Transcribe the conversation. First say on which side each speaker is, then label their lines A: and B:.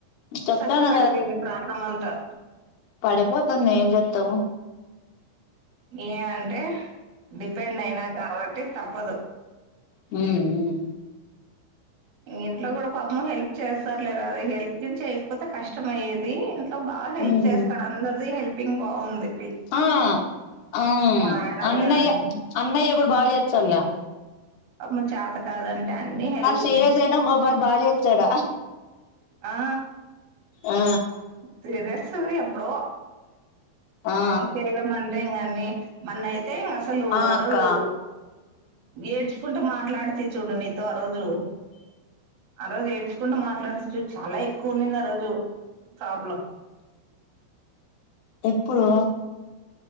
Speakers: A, on the left; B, on the right.
A: చెప్తాను
B: సంకవాడి పింది ప్రాణమంతా
A: పడి పో తుంది ఏం చెత్తావు
B: ఏ అంటే డిపెండ్ అయినా కాబట్టి తప్పు పదు
A: హ్మ్ మ్మ్
B: ఇంట్లో కూడా పాపం హెల్ప్ చేస్తారు లేరా అది హెల్పింగ్ చేయకపోతే కష్టం అయేది అంతా బాగ హెల్ప్
A: ఉమ్
B: చేస్తారు అందరిది హెల్ప్ పిన్ బావుంది
A: ఆ ఆ
B: ఆయనది
A: అన్నయ్య
B: గాని
A: అన్నయ్య కూడా బా చేచ్చలే
B: అమ చాత కాదంటే అన్ని హెల్ప్
A: చేయస్ అనా ఇంగొ బారి బాగా చేస్తాడా
B: ఆ
A: ఆ
B: సీరియస్ ఎప్పుడో
A: ఆ
B: అప్పేయడం అంటే ఇంగాన్ని మనన్నాయి తే అసలు
A: ఆ
B: అరడు
A: అక్క
B: ఏడ్చుకుంటూ మాట్లాడుతి చూడు నీతో ఆ రోజు ఎ ఆ రోజు ఏడ్చుకుంటూ మాట్లాడతుచ్చు చాలా ఎక్కువ ఉన్నింది ఆ రోజు ప్రాబ్లం
A: ఎప్పుడు